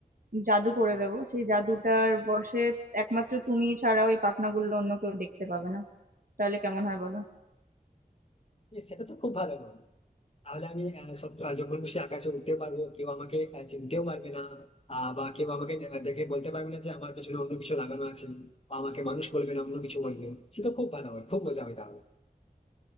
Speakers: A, on the right; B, on the left.
A: জাদু করে দেবো সেই জাদুটার বশে একমাত্র তুমি ছাড়া ওই পাখনাগুলো অন্য কেউ দেখতে পাবে না তাহলে কেমন হয় বলো
B: সেটা তো খুব ভালো হয় তাহলে আমি আহ, সব- আহ, যখন খুশি আকাশে উঠতে পারবো কেউ আমাকে আহ, চিনতেও পারবে না আহ, বা কেউ আমাকে দে- দেখে বলতে পারবে না যে আমার পেছনে অন্য কিছু লাগানো আছে বা আমাকে মানুষ বলবে না অন্য কিছু বলবে সেটা খুব ভালো হয় খুব মজা হয় তাহলে